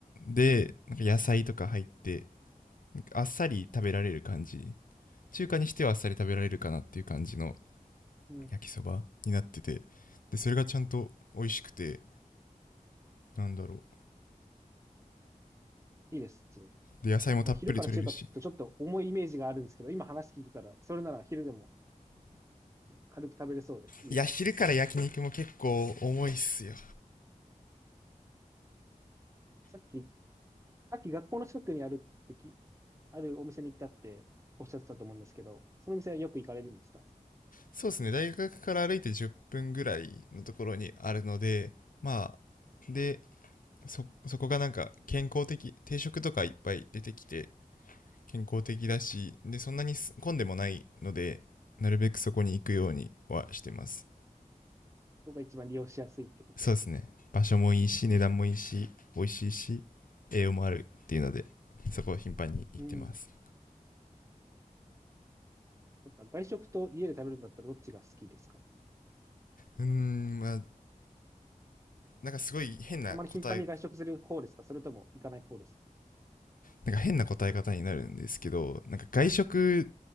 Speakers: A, on the left (about 80°); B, on the right (about 20°).
A: でなんか野菜とか入ってあっさり食べられる感じ中華にしてはあっさり食べられるかなっていう感じの
B: うん。
A: 焼きそばになっててでそれがちゃんと美味しくてなんだろ
B: いいですね。
A: うで野菜もたっぷり取れるし
B: まあ昼から中華って聞くとちょっと重いイメージがあるんですけど、今話聞いてたら、それなら昼でも軽く食べれそうでいいです。
A: いや昼から焼肉も結構重いっすよ
B: さっきさっき学校の近くにあるってき、あるお店に行ったっておっしゃってたと思うんですけど、そのお店はよく行かれるんですか
A: そうですね大学から歩いて10分ぐらいのところにあるのでまあでそそこがなんか健康的定食とかいっぱい出てきて健康的だしでそんなにす混んでもないのでなるべくそこに行くようにはしてます
B: そこが一番利用しやすいってことですね。
A: そうですね場所もいいし値段もいいし美味しいし栄養もあるっていうのでそこを頻繁に行ってます
B: うん。うん。やっぱ外食と家で食べるんだったらどっちが好きですか
A: うーんまあなんかすごい変な答え
B: あまり頻繁に外食する方ですかそれとも行かない方です
A: なんか変な答え方になるんですけどなんか外食